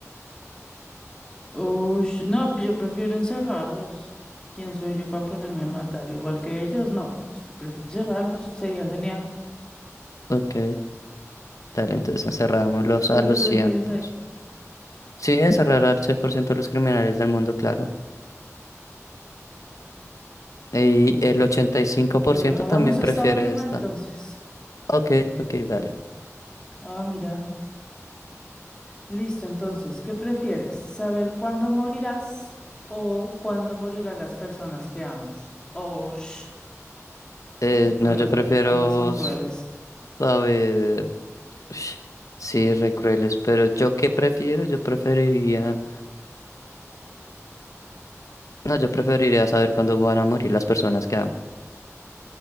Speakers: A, on the left; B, on the left.
A: Ush, no, pues yo prefiero encerrarlos. ¿Quién soy yo para ponerme a matar? Igual que ellos, no. O sea, Prefiero encerrarlos. Sería genial.
B: Ok, dale, entonces encerrámoslos
A: ¿Tú
B: a
A: qué
B: los
A: prefieres
B: cien por
A: ahí?
B: ciento. Sí, encerrar al 100% de los criminales del mundo, claro. Y
A: Sí.
B: el ochenta y cinco por
A: Bueno,
B: ciento
A: hagamos
B: también prefiere
A: esta última
B: esta.
A: entonces.
B: Ok, ok, dale.
A: Ah, mira. Listo, entonces, ¿qué prefieres? ¿Saber cuándo morirás o cuándo morirán las personas que amas? Oh, sh,
B: Eh,
A: muy cruel.
B: no, yo prefiero
A: Ambas son crueles.
B: s- saber... Ush, Sí, re crueles, pero ¿yo qué prefiero? Yo preferiría... No, yo preferiría saber cuándo van a morir las personas que amo.